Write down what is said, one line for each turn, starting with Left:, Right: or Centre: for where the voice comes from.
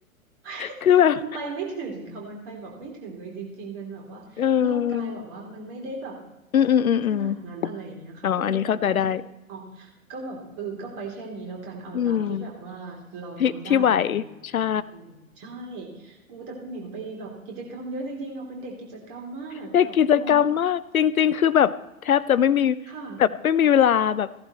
Right: <laughs>
Left: คือแบบ
Right: มันไปไม่ถึงค่ะมันไปแบบไม่ถึงเลยจริงๆมันแบบว่าร่างกายแบบว่ามันไม่ได้แบบ
Left: เอออืมอืมอืมอืม
Right: ขนาดนั้นอะไรอย่างเงี้ยค่ะก็เลยแบบได้แค่แบบว่าอ๋อา
Left: อ๋ออันนี้เข้าใจได้
Right: ก็แบบเออก็ไปแค่นี้แล้วกันเอาตามที่แบบว่าเราทำได้อะไรอย่างเงี้ยค่ะคุณบิ่มใช่
Left: อืมที่ที่ไหวใช่
Right: โอ้แต่คุณบิ่มไปแบบกิจกรรมเยอะจริงๆเอาเป็นเด็กกิจกรรมมากแบบโอ้
Left: เด็กกิจกรรมมากจริงๆ คือแบบแทบจะไม่มี
Right: <laughs> ค่ะ
Left: แบบไม่มีเวลาแบบ